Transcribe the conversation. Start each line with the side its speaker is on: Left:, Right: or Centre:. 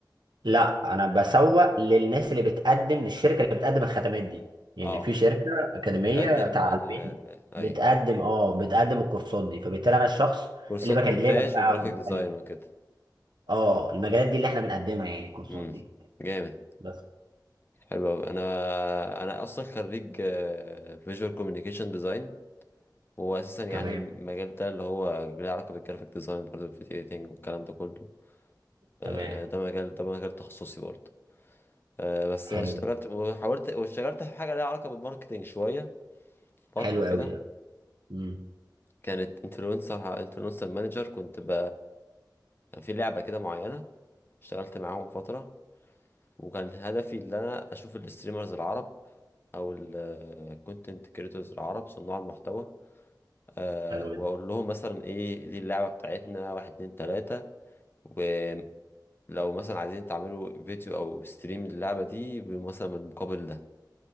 Right: لا انا بسوق للناس اللي بتقدم للشركه اللي بتقدم الخدمات دي يعني
Left: اه
Right: في شركه اكاديميه
Left: بتقدم
Right: تعليميه
Left: ال... ايوه
Right: بتقدم اه بتقدم الكورسات دي فبالتالي انا الشخص
Left: كورسات
Right: اللي بكلمك
Left: مونتاج
Right: بقى
Left: وجرافيك
Right: وبكلم-
Left: ديزاين وكده
Right: اه المجالات دي اللي احنا بنقدمها يعني الكورسات
Left: امم
Right: دي
Left: جامد
Right: بس
Left: حلو أوي أنا أنا أصلا خريج فيجوال كوميونيكيشن ديزاين وهو أساسا يعني
Right: تمام
Left: المجال ده اللي هو ليه علاقة بالجرافيك ديزاين برضه الفيديو إيديتنج والكلام ده كله آه،
Right: تمام
Left: ده مجال ده مجال تخصصي برضه آه، بس
Right: حلو
Left: أنا اشتغلت وحاولت واشتغلت في حاجة ليها علاقة بالماركتينج شوية فترة
Right: حلو
Left: كده
Right: قوي ده امم
Left: كانت انفلونسر انفلونسر مانجر كنت ب كان في لعبة كده معينة اشتغلت معاهم فترة وكان هدفي ان انا اشوف الستريمرز العرب او الكونتنت كريتورز العرب صناع المحتوى أه
Right: حلو
Left: واقول
Right: جدا
Left: لهم مثلا ايه دي اللعبة بتاعتنا واحد اتنين تلاتة ولو مثلا عايزين تعملوا فيديو او ستريم للعبة دي مثلا بالمقابل ده